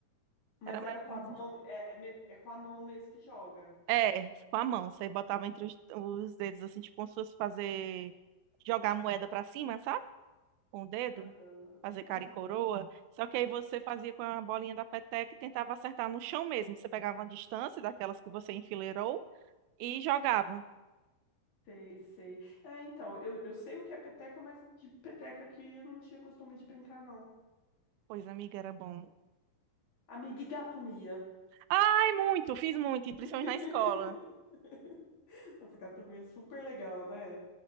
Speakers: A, on the left; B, on the right.
A: Mas
B: Era mais
A: era com
B: ou
A: a
B: menos.
A: mão,
B: assim.
A: é, é, me- é com a mão mesmo que joga.
B: É, com a mão, você botava entre os, os dedos, assim, tipo, como se fosse fazer. Jogar a moeda pra cima, sabe? Com o dedo.
A: Aham,
B: fazer cara
A: aham,
B: e coroa. Só que aí você fazia com a bolinha da peteca e tentava acertar no chão mesmo. Você pegava uma distância daquelas que você enfileirou e jogava.
A: sei, sei. É, então, eu, eu sei o que é peteca, mas de peteca que eu não tinha costume de brincar, não.
B: Pois, amiga, era bom.
A: Amiga e gato Mia.
B: Ai, muito, fiz muito,
A: <laughs>
B: e principalmente na escola.
A: Nossa, gato Mia é super legal, né?